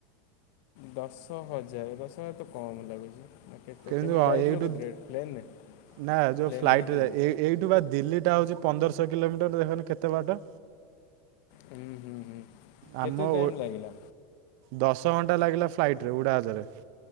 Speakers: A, on the left; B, on the right.
A: ଦଶ ହଜାର, ଦଶ ହଜାର ତ କମ୍ ଲାଗୁଛି। କେତେ
B: କିନ୍ତୁ
A: କେମିତି ଯାଇଥିଲ
B: ଏଇଠୁ
A: କୋଉଥିରେ ପ୍ଲେନରେ,
B: ନା ଯୋଉ
A: ପ୍ଲେନ
B: ଫ୍ଲାଇଟରେ
A: ରେ ହିଁ ତ ଯିବ।
B: ଏଇଠୁ ବା ଦିଲ୍ଲୀ ଟା ହଉଛି ପନ୍ଦରଶହ କିଲୋମିଟର ଦେଖନି କେତେ ବାଟ।
A: ହୁଁ ହୁଁ ହୁଁ କେତେ
B: ଆମ
A: ଟାଇମ୍
B: ଓ
A: ଲାଗିଲା?
B: ଦଶ ଘଣ୍ଟା ଲାଗିଲା ଫ୍ଲାଇଟ୍ ରେ ଉଡାଜାହାଜ ରେ।